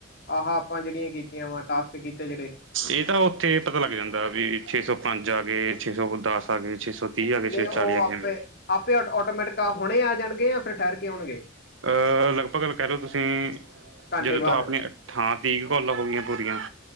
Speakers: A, on the left; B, on the right.
A: ਆਹ ਆਪਾਂ ਜੇੜੀਆਂ ਕੀਤੀਆਂ ਵਾ ਟਾਸਕ ਕੀਤੇ ਜੇੜੇ।
B: ਏ ਤਾਂ ਉੱਥੇ ਪਤਾ ਲੱਗ ਜਾਂਦਾ ਵੀ ਛੇ ਸੌ ਪੰਜ ਆਗੇ, ਛੇ ਸੌ ਦਸ ਆਗੇ ਛੇ ਸੌ ਤੀਹ ਆ ਗਏ ਛੇ
A: ਨਈ
B: ਸੌ
A: ਓ
B: ਚਾਲੀ ਆ ਗਏ
A: ਆਪੇ,
B: ਐਵੇਂ
A: ਆਪੇ ਓਟੋ ਓਟੋਮੈਟਿਕ ਹੁਣੇ ਆ ਜਾਣਗੇ ਜਾਂ ਫਿਰ ਠੈਰ ਕੇ ਆਉਣਗੇ।
B: ਅ ਲਗਭਗ ਗੱਲ ਕੈ ਲੋ ਤੁਸੀਂ
A: ਘੰਟੇ
B: ਜਦੋਂ ਤਾਂ
A: ਬਾਅਦ
B: ਆਪਣੇ ਹਾਂ ਤੀ ਕ ਕੋਲਾ ਹੋਗੀਆਂ ਪੂਰੀਆਂ।